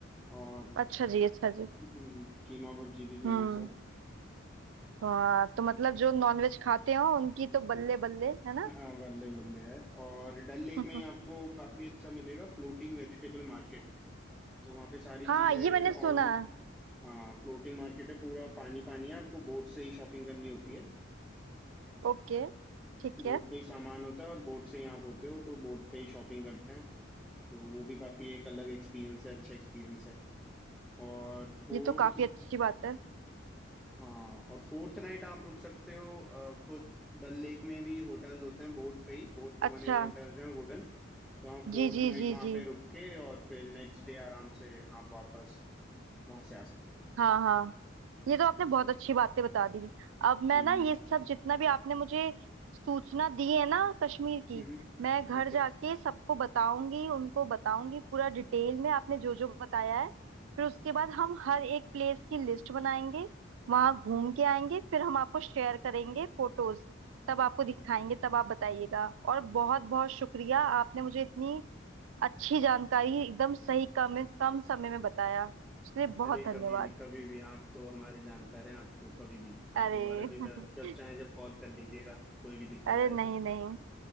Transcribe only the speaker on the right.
अच्छा जी अच्छा जी
हम्म
हाँ तो मतलब जो नॉनवेज खाते हो उनकी तो बल्ले बल्ले है ना
<laughs>
हाँ
ये मैंने सुना
ओके ठीक
है
ये तो काफी अच्छी बात है
अच्छा
जी जी
जी
जी
हाँ हाँ ये तो आपने बहुत अच्छी बातें बता दी अब मैं
ना ये सब जितना भी आपने मुझे सूचना दी है ना कश्मीर की
मैं घर
जाके सबको बताऊंगी उनको बताऊंगी पूरा डिटेल में आपने जो जो बताया है फिर उसके बाद हम हर एक प्लेस की लिस्ट बनाएंगे वहां घूम के आएंगे फिर हम आपको शेयर करेंगे फोटोज तब आपको दिखाएंगे तब आप बताइएगा और बहुत बहुत शुक्रिया आपने मुझे इतनी अच्छी जानकारी एकदम सही कम कम समय में बताया उसके लिए बहुत
धन्यवाद
अरे
<laughs>
अरे
नहीं नहीं